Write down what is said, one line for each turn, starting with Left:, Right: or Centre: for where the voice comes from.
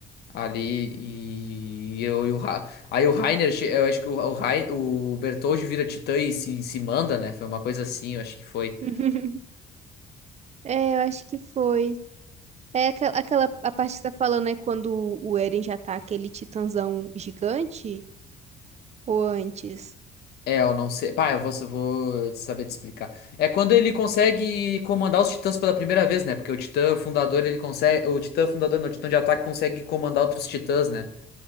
Left: Ali e eu e o Ra- aí o Rainer, che- eu acho que o o, Rai- o Bertoldi vira Titã e se, se manda, né? Foi uma coisa assim, eu acho que foi.
Right: <laughs> É, eu acho que foi. É aquela, aquela a parte que tá falando é quando o Eren já tá aquele titãzão gigante ou antes?
Left: É, eu não sei. Pá, eu vou, eu vou saber te explicar. É quando ele consegue comandar os Titãs pela primeira vez, né? Porque o Titã fundador, ele consegue, o Titã fundador, não, o Titã de ataque consegue comandar outros Titãs, né?